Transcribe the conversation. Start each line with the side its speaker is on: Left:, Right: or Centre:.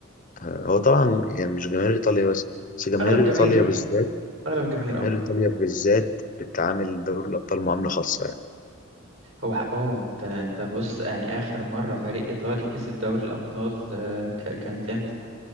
Left: آه، هو طبعا يعني مش جماهير ايطاليا بس بس جماهير
Right: أغلب الجماهير
Left: ايطاليا بالذات
Right: أغلب الجماهير
Left: جماهير
Right: اه
Left: ايطاليا بالذات بتعامل دوري الابطال معامله خاصه يعني
Right: هو حقهم انت انت بص يعني آخر مرة فريق إيطالي كسب دوري الأبطال آه، ك- كانت امتى؟